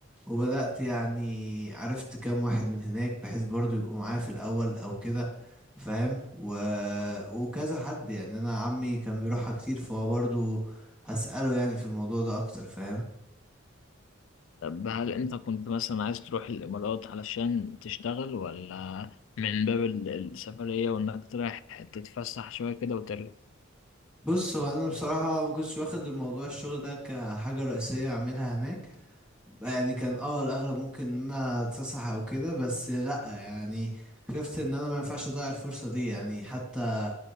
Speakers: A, in the centre; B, on the left.
A: وبدأت يعني عرفت كام واحد من هناك بحيث برضو يبقوا معايا في الأول أو كده فاهم و... وكذا حد يعني أنا عمي كان بيروحها كتير فهو برضو هسأله يعني في الموضوع ده أكتر فاهم
B: طب هل أنت كنت مثلا عايز تروح الإمارات علشان تشتغل ولا من باب ال- السفرية وإنك تروح تتفسح شوية كده وترجع
A: بص هو أنا بصراحة ما كنتش واخد الموضوع الشغل ده كحاجة رئيسية أعملها هناك يعني كان اه الاغلب ممكن ان انا اتفسح او كده بس لا يعني شفت ان انا ما ينفعش اضيع الفرصه دي يعني حتى